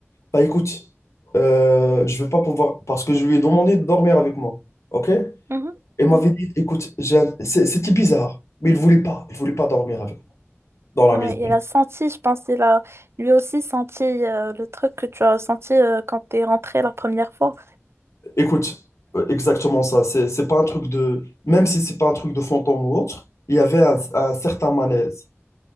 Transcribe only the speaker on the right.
mhm,
mhm.
Ouais,
il a senti, je pense, il a lui aussi senti euh, le truc que tu as ressenti euh, quand t'es rentré la première fois.